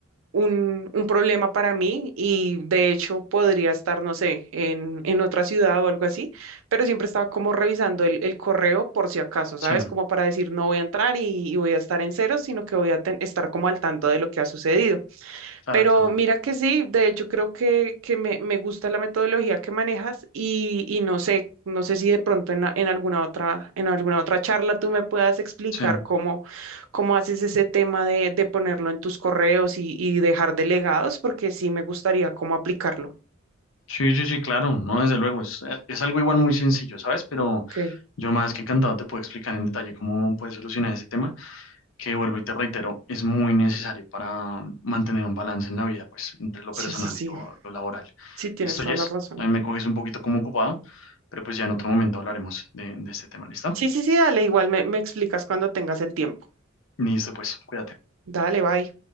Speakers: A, on the right; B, on the left.
A: un, un problema para mí y de hecho podría estar, no sé, en, en otra ciudad o algo así, pero siempre estaba como revisando el, el correo por si acaso, ¿sabes?
B: sí,
A: Como para decir no voy a entrar y, y voy a estar en cero, sino que voy a ten- estar como al tanto de lo que ha sucedido.
B: claro,
A: Pero
B: claro.
A: mira que sí, de hecho creo que, que me, me gusta la metodología que manejas y, y no sé, no sé si de pronto en, a- en alguna otra, en alguna otra charla tú me puedas explicar
B: Sí,
A: cómo, cómo haces ese tema de, de ponerlo en tus correos y, y dejar delegados, porque sí me gustaría cómo aplicarlo.
B: sí, sí, sí, claro, no, desde luego, es, eh, es algo igual muy sencillo, ¿sabes? Pero
A: Ok,
B: yo más que encantado te puedo explicar en detalle cómo puedes solucionar ese tema, que vuelvo y te reitero, es muy necesario para mantener un balance en la vida, pues, entre lo
A: sí,
B: personal
A: sí, sí,
B: y lo, lo laboral.
A: sí, tienes
B: ¿Listo,
A: toda
B: Jess?
A: la razón.
B: También me coges un poquito como ocupado, pero pues ya en otro momento hablaremos de, de este tema, ¿listo?
A: Sí, sí, sí, dale, igual me, me explicas cuando tengas el tiempo.
B: Listo, pues, cuídate.
A: Dale, bye.